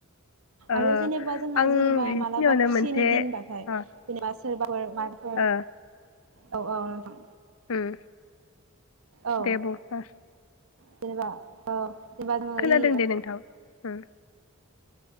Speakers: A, on the left (about 85°); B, on the right (about 85°).
A: ओ
B: आरो जेनेबा जोंहा
A: आं
B: जेनेबा
A: बेखिनियावनो
B: मालाबा खुसिनि
A: मोनसे
B: दिन बाथाय
A: ओ
B: <unintelligible> फोर मारफोर।
A: ओ
B: औ औ नोंथां।
A: उम
B: औ
A: दे बुं गोर।
B: <unintelligible> जेनेबा ओरै सोरनिबा
A: खोनादों दे नोंथां उम